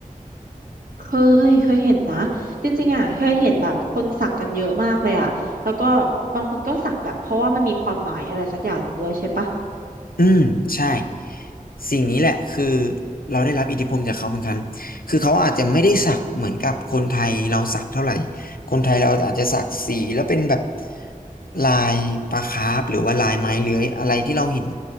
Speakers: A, on the right; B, on the left.
A: เคยเคยเห็นนะจริงๆอ่ะเคยเห็นแบบคนสักกันเยอะมากเลยอ่ะแล้วก็บางคนก็สักแบบเพราะว่ามันมีความหมายอะไรสักอย่างหนึ่งด้วยใช่ปะ
B: อืมใช่สิ่งนี้แหละคือเราได้รับอิทธิพลจากเขาเหมือนกันคือเขาอาจจะไม่ได้สักเหมือนกับคนไทยเราสักเท่าไหร่คนไทยเราอาจจะสักสีแล้วเป็นแบบลายปลาคาร์ฟหรือว่าลายไม้เลื้อยอะไรที่เราเห็น